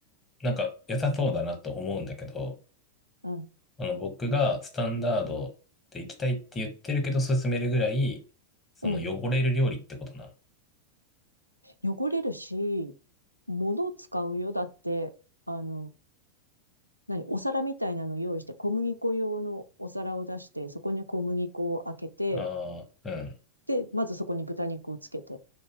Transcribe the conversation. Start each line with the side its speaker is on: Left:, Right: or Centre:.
Left: なんか良さそうだなと思うんだけど、
Right: うん。
Left: あの、僕がスタンダードで行きたいって言ってるけど、勧めるぐらい、その汚れる料理ってことなの。
Right: うん。汚れるし、物を使うよ。だって、あの、何、お皿みたいなの用意して、小麦粉用のお皿を出して、そこに小麦粉を開けて、
Left: ああ、うん、
Right: で、まずそこに豚肉をつけて、